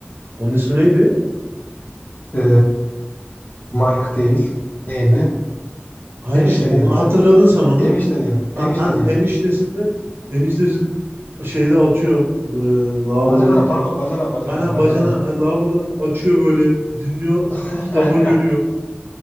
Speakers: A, on the right (about 70°); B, on the left (about 50°).
A: Onun ismi neydi?
B: E, Mike değil. Neydi?
A: Ha
B: Enişte
A: işte onu
B: diyelim ya.
A: hatırladın sen onu.
B: Enişte diyelim.
A: Ha,
B: Enişte
A: ha,
B: diyelim.
A: eniştesinde eniştesi şeyde açıyor e, lavabodayken.
B: Bacana pardon bacana bacana
A: Aynen
B: bacana.
A: bacana ha, lavaboda açıyor böyle dinliyor
B: <laughs>
A: kitabı görüyor.